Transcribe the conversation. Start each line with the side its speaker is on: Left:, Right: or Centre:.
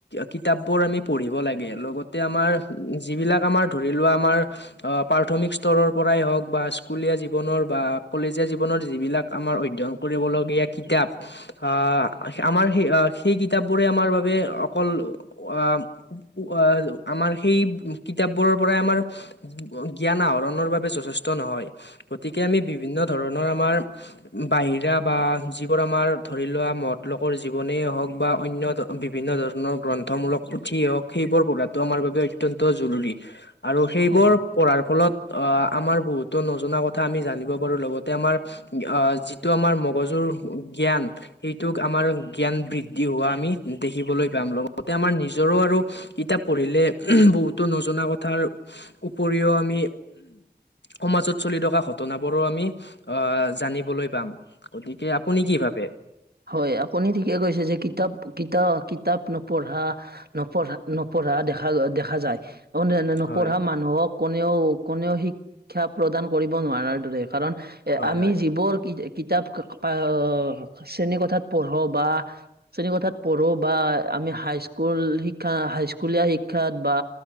Left: কিতাপবোৰ আমি পঢ়িব লাগে। লগতে আমাৰ যিবিলাক আমাৰ ধৰি লোৱা আমাৰ প্ৰাথমিক অ' স্তৰৰ হওঁক বা স্কুলীয়া জীৱনৰ বা কলেজীয়া জীৱনৰ যিবিলাক আমাৰ অধ্যয়ন কৰিবলগীয়া কিতাপ আহ সেই আমাৰ সেই কিতাপবোৰে বাবে অকল আহ আহ আমাৰ সেই কিতাপবোৰৰ পৰাই আমাৰ জ্ঞান আহৰণৰ বাবে যথেষ্ট নহয়। গতিকে আমি বিভিন্ন ধৰণৰ আমাৰ বাহিৰা বা যিবোৰ আমাৰ ধৰি লোৱা মহৎলোকৰ জীৱনেই হওঁক বা অন্য বিভিন্ন ধৰণৰ গ্ৰন্থমূলক পুথিয়েই হওঁক সেইবোৰ পঢ়াটো আমাৰ বাবে অত্যন্ত জৰুৰী। আৰু সেইবোৰ
Right: হয়
Left: পঢ়াৰ ফলত আমাৰ বহুত টো নজনা কথা আমি জানিব পাৰো লগতে আমাৰ যিটো আমাৰ মগজুৰ জ্ঞান। সেইটোক আমাৰ জ্ঞান বৃদ্ধি হোৱা আমি দেখিবলৈ পাম লগতে আমাৰ নিজৰো আৰু কিতাপ পঢ়িলে বহুতো নজনা কথাৰ উপৰিও আমি সমাজত চলি থকা ঘটনাবোৰো আমি আহ জানিবলৈ পাম। গতিকে আপুনি কি ভাবে?
Right: হয়, আপুনি ঠিকে কৈছে যে কিতাপ কিতাপ কিতাপ নপঢ়া নপঢ়া নপঢ়া দেখা দেখা যায় নপঢ়া
Left: হয়
Right: মানুহক কোনেও কোনেও শিক্ষা প্ৰদান কৰিব নোৱাৰাৰ দৰে। কাৰণ এ
Left: হয়
Right: আমি
Left: হয়
Right: যিবোৰ কিতাপ শ্ৰেণী কথাত পঢ়ো বা শ্ৰেণীকোঠাত পঢ়ো বা আমি হাইস্কুল শিক্ষা হাইস্কুলীয়া শিক্ষাত বা